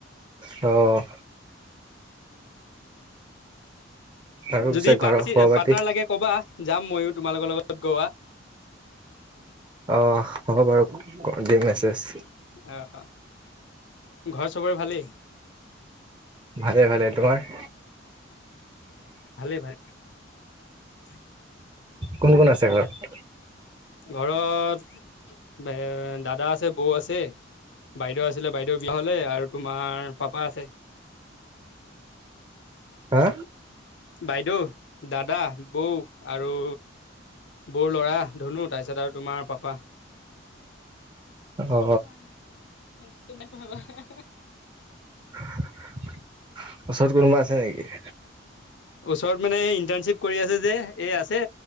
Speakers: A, on the right (about 25°); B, on the left (about 65°).
A: অ আৰু পিছে
B: যদি
A: ঘৰৰ
B: পাটিছি
A: খবৰ পাতি
B: পাৰ্টনাৰ লাগে কবা যাম মইয়ো তোমালোকৰ লগত গোৱা।
A: অ হ'ব বাৰু দিম মেছেজ।
B: অ অ ঘৰত চবৰে ভালেই।
A: ভালে ভালে তোমাৰ?
B: ভালেই ভালেই। <inaudible>
A: কোন কোন আছে ঘৰত?
B: ঘৰত এ দাদা আছে, বৌ আছে। বাইদেউ আছিলে বাইদেউ বিয়া হলে আৰু তোমাৰ পাপা আছে।
A: হা
B: বাইদেউ, দাদা, বৌ, আৰু বৌৰ ল'ৰা ধুনু, তাৰপিছত আৰু তোমাৰ পাপা।
A: অ
B: তোমাৰ ন তোমাৰ বাবা <unintelligible>
A: ওচৰত কোনোবা আছে নেকি?
B: ওচৰত মানে ইণ্টাৰ্নশ্বিপ কৰি আছে যে এই আছে